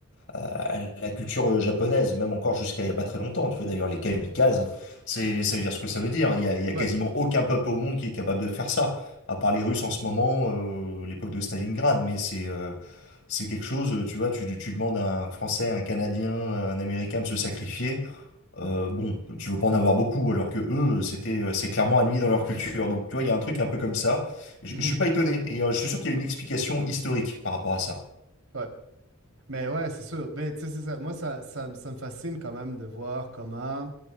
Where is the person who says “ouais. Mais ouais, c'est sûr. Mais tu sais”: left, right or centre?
Right